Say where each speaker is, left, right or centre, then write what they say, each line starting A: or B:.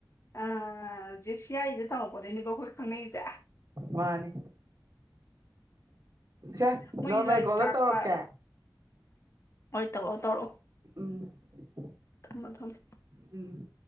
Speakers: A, on the left (about 40°); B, on the right (about 45°).
A: ꯑ ꯁꯤꯌꯥꯥꯏꯗ ꯇꯝꯃꯛꯄꯗꯩꯅꯤꯀꯣ ꯑꯩꯈꯣꯏ ꯈꯪꯅꯩꯁꯦ
B: ꯃꯥꯅꯤ ꯁꯦ
A: ꯃꯣꯏꯒꯤ
B: ꯅꯣꯔꯃꯦꯜ
A: ꯂꯥꯏꯔꯤꯛ
B: ꯀꯣꯜꯗ
A: ꯇꯥꯛꯄ
B: ꯇꯧꯔꯛꯀꯦ
A: ꯍꯣꯏ ꯇꯧꯔꯣ ꯇꯧꯔꯣ
B: ꯎꯝ <unintelligible> <inaudible>
A: ꯊꯃꯣ ꯊꯝꯝꯕ
B: ꯎꯝ